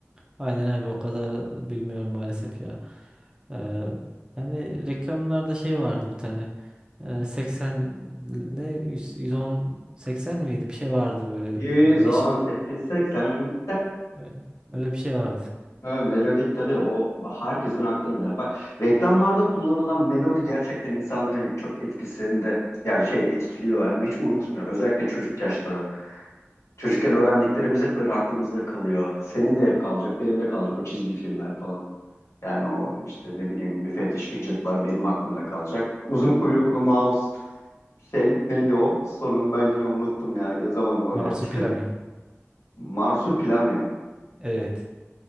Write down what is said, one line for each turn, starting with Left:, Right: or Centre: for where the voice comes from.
Right: Aynen abi o kadar bilmiyorum maalesef ya. Ee, hani reklamlarda şey vardı bir tane. Ee, 80 ne 100, 110 80 miydi? Bir şey vardı böyle
Left: 118.80
Right: bir değişik. Öyle, öyle bir şey vardı.
Left: Ha, melodik tabii o herkesin aklında. Bak reklamlarda kullanılan melodi gerçekten insanların çok etkisinde yani şey etkiliyor yani hiç unutmuyor. Özellikle çocuk yaşta. Çocukken öğrendiklerimiz hep böyle aklımızda kalıyor. Senin de hep kalacak, benim de kalacak o çizgi filmler falan. Yani o işte ne bileyim müfettiş Gadget'lar benim aklımda kalacak. Uzun kuyruklu mouse şey neydi o? Sonunu ben yine unuttum ya yazamadım oraya.
Right: Marsupilami.
Left: Tıkır. Marsupilami.
Right: Evet.